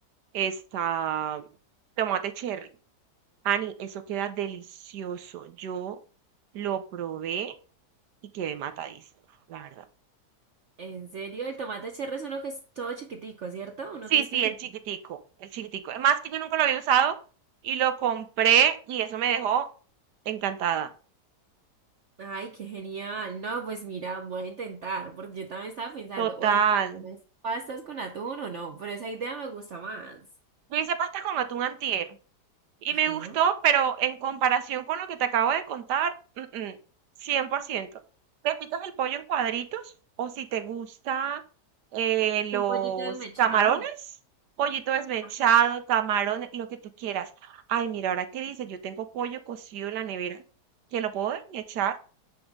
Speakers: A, on the right; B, on the right.
A: esta tomate cherry. Ani, eso queda delicioso. Yo lo probé y quedé matadísima, la verdad.
B: En serio, el tomate cherry es uno que es todo chiquitico, ¿cierto? Uno
A: Sí,
B: que es
A: sí,
B: pequeño.
A: el chiquitico, el chiquitico. Es más que yo nunca lo había usado y lo compré y eso me dejó encantada.
B: Ay, qué genial. No, pues mira, voy a intentar, porque yo también estaba pensando,
A: Total.
B: o si hago unas pastas con atún o no, pero esa idea me gusta más.
A: Yo hice pasta con atún antier y
B: Ajá.
A: me gustó, pero en comparación con lo que te acabo de contar, mm, mm, 100%. Te picas el pollo en cuadritos o si te gusta eh, los
B: Un pollito desmechado.
A: camarones, pollito desmechado,
B: Ah,
A: camarones, lo que tú quieras. Ay, mira, ahora qué dices, yo tengo pollo cocido en la nevera que lo puedo desmechar